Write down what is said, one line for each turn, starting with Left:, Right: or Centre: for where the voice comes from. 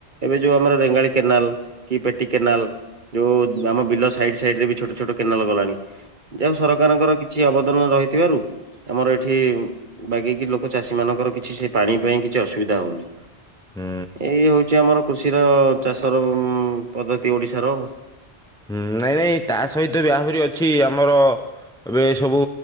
Right: ଏବେ ଯୋଉ ଆମର ରେଙ୍ଗାଳି କେନାଲ କି ପେଟି କେନାଲ ଯୋଉ ଆମ ବିଲ ସାଇଡ୍ ସାଇଡ୍ ରେ ବି ଛୋଟ ଛୋଟ କେନାଲ ଗଲାଣି। ଯାହା ସରକାରଙ୍କର କିଛି ଅବଦାନ ରହିଥିବାରୁ ଆମର ଏଠି ବାଗେଇକି ଲୋକ ଚାଷୀ ମାନଙ୍କର କିଛି ସେ ପାଣି ପାଇଁ କିଛି ଅସୁବିଧା ହଉନି।
Centre: ହଁ।
Right: ଏଇ ହଉଛି ଆମର କୃଷିର ଚାଷର ପଦ୍ଧତି ଓଡ଼ିଶାର
Centre: ହୁଁ ନାଇଁ ନାଇଁ ତା ସହିତ ବି ଆହୁରି ଅଛି ଆମର ଏବେ ସବୁ